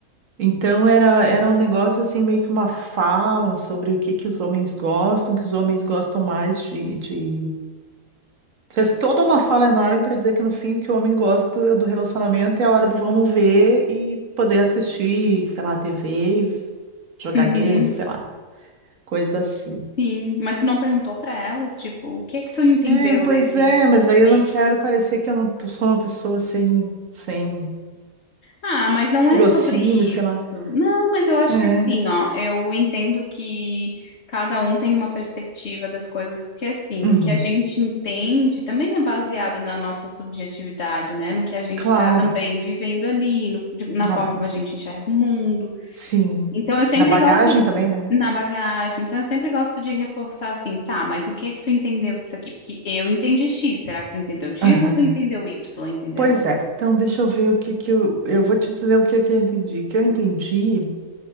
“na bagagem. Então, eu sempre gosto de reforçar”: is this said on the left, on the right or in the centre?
Left